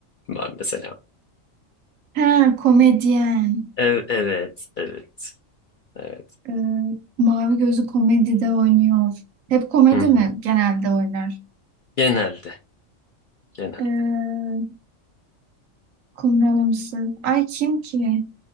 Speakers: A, on the left; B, on the right.
A: var mesela?
B: <laughs> Ha komedyen.
A: Ev, evet, evet, evet.
B: Ee, mavi gözlü komedide oynuyor. Hep komedi
A: Hı hı.
B: mi genelde oynar?
A: Genelde, genelde.
B: Ee, kumralımsı. Ay kim ki?